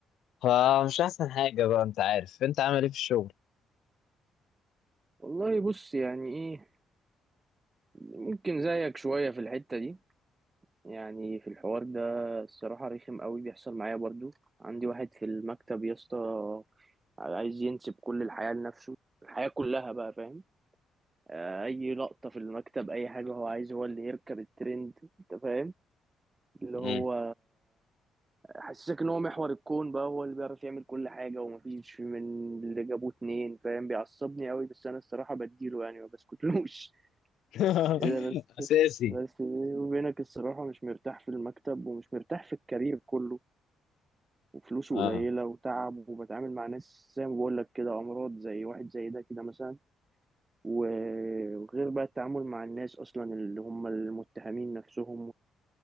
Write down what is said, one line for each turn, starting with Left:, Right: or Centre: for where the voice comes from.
Left: فمش احسن حاجه بقى انت عارف انت عامل ايه في الشغل
Right: والله بص يعني ايه ممكن زيك شوية في الحتة دي يعني في الحوار ده الصراحة رخم قوي بيحصل معايا برضو عندي واحد في المكتب يا اسطى عايز ينسب كل الحياة لنفسه الحياة كلها بقى فاهم آه، اي لقطة في المكتب اي حاجة هو عايز هو اللي يركب الترند انت فاهم اللي
Left: مم.
Right: هو حسسك ان هو محور الكون بقى هو اللي بيعرف يعمل كل حاجه ومفيش من اللي جابوه اتنين فاهم بيعصبني قوي بس انا الصراحه بديله يعني ما بسكتلوش
Left: <laughs>
Right: <laughs> إيه ده بس
Left: اساسي
Right: بس بيني وبينك الصراحه مش مرتاح في المكتب ومش مرتاح في الكارير كله وفلوسه
Left: اه
Right: قليله وتعب وبتعامل مع ناس زي ما بقول لك كده امراض زي واحد زي ده كده مثلا و- وغير بقى التعامل مع الناس اصلا اللي هم المتهمين نفسهم